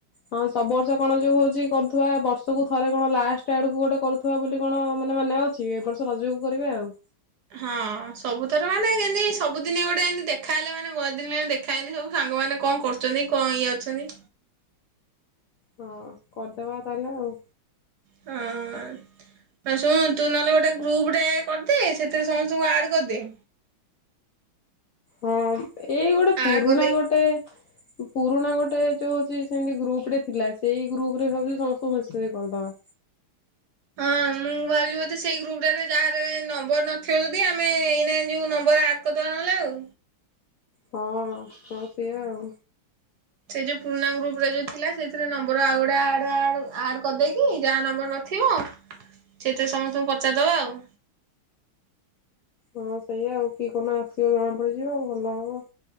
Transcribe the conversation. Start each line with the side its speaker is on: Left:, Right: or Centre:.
Left: ହଁ ସବୁ ବର୍ଷ କଣ ଯୋଉ ହଉଛି କରୁଥିବା ବର୍ଷକୁ ଥରେ କଣ ଲାଷ୍ଟ ଆଡକୁ ଗୋଟେ କରୁ ଥୁବା ବୋଲି କଣ ମାନେ ମାନେଅଛି। ଏବର୍ଷ ରଜକୁ କରିବା ଆଉ।
Right: ହଁ ସବୁଥର ମାନେ ଯେନ୍ତି ସବୁଦିନ ଗୋଟେ ଏନ୍ତି ଦେଖାହେଲେ ମାନେ ବହୁତଦିନ ହେ ଦେଖ ଖା ହେଇନି ସବୁ ସାଙ୍ଗମାନେ କଣ କରୁଛନ୍ତି କଣ ଇଏ ଅଛନ୍ତି।
Left: ହଁ କରିଦବା ତାହେଲେ ଆଉ।
Right: ହଁ। ଶୁଣ ତୁ ନହେଲେ ଗୋଟେ ଗ୍ରୁପ ଟେ କରିଦେ ସେଥିରେ ସମସ୍ତଙ୍କୁ ଆଡ କରିଦେ।
Left: ହଁ ଏଇ ଗୋଟେ ପୁରୁଣା
Right: ଆଡ କରିଦେଇ
Left: ଗୋଟେ ପୁରୁଣା ଗୋଟେ ଯୋଉ ହଉଛି ସେମିତି ଗ୍ରୁପ ରେ ଥିଲା ସେଇ ଗ୍ରୁପ ରେ ଭାବୁଛି ସମସ୍ତଙ୍କୁ ମେସେଜ କରିଦବା।
Right: ହଁ ମୁଁ ମୁଁ ଭାବିଲି ବୋଧେ ସେଇ ଗ୍ରୁପ ଟାରେ ଯାହାର ନମ୍ବର ନଥିବ ଯଦି ଆମେ ଏଇନା ଯୋଉ ନମ୍ବର ଆଡ଼୍ କରିଦେବା ନହେଲେ ଆଉ।
Left: ହଁ ହଁ ସେଇଆ ଆଉ।
Right: ସେଇ ଯୋଉ ପୁରୁଣା ଗ୍ରୁପରେ ଯୋଉ ଥିଲା ସେଇଥିରେ ନମ୍ବର ଆଉ ଗୁଡ଼େ ଆଡ ଆଡ ଆଡ଼ କରିଦେଇକି ଯାହା ନମ୍ବର ନ ଥିବ ସେଥିରେ ସମସ୍ତଙ୍କୁ ପଚାରିଦବା ଆଉ।
Left: ହଁ ସେଇଆ ଆଉ କିଏ କୋଉଦିନ ଆସିବ ଜଣାପଡିଯିବ ଆଉ ଭଲ ହବ।